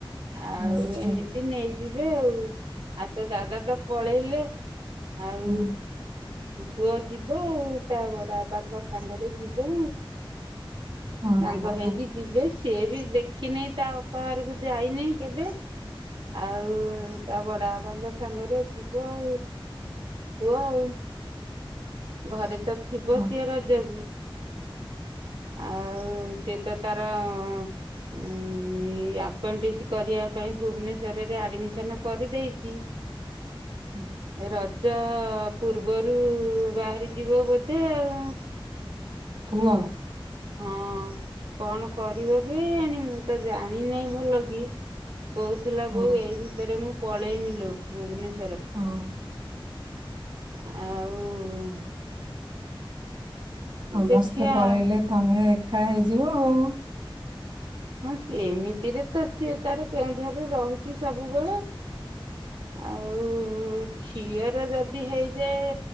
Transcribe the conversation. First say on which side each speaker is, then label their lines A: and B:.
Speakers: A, on the right; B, on the right.
A: ଆଉ
B: ହୁଁ,
A: ଏମିତି
B: ହୁଁ,
A: ନେଇଯିବେ ଆଉ ଆଉ ତୋ ଦାଦା ତ ପଳେଇଲେ ଆଉ
B: ହୁଁ
A: ପୁଅ ଯିବ ଆଉ ତା ବଡବାପାଙ୍କ ସାଙ୍ଗରେ ଯିବୁ।
B: ହଁ,
A: ସାଙ୍ଗ ହେଇକି
B: ହଁ,
A: ଯିବେ । ସିଏ ବି ଦେଖିନି ତା ଅପାହରକୁ ଯାଇନି କେବେ ଆଉ ତା ବଡବାପାଙ୍କ ସାଙ୍ଗରେ ଯିବ ଆଉ ପୁଅ ଆଉ ଘରେ ତ ଥିବ
B: ହଁ,
A: ସିଏ ରଜକୁ ଆଉ ସେ ତ ତାର ଉଁ ଏଇ ଆପେଣ୍ଡିସି କରିବା ପାଇଁ ଭୁବନେଶ୍ଵରରେ ଆଡମିସନ କରିଦେଇଚି।
B: ହଁ।
A: ର ଜ ପୂର୍ବରୁ ବାହାରି ଯିବ ବୋଧେ ଆଉ
B: କୁହ
A: ହଁ କଣ କରିବ କି ଏଣି ମୁଁ ତ ଜାଣିନାଇଁ ଭଲକି? କହୁଥିଲା
B: ହଁ
A: ବୋଉ ଏଇ ଭିତରେ ମୁଁ ପଳେଇମି ଲୋ। ଭୁବନେଶ୍
B: ହଁ।
A: ଆଉ
B: ସମସ୍ତେ
A: ଦେଖିବା
B: ପଳେଇଲେ
A: ଆଉ
B: ତମେ ଏ ଏକା ହେଇଯିବ ଆଉ।
A: ହଁ ସେ ଏମିତିରେ ତ ସିଏ ତାର କେଉଁଝରେ ରହୁଛି ସବୁବେଳେ। ଆଉ ଝିଅର ଯଦି ହେଇଯାଏ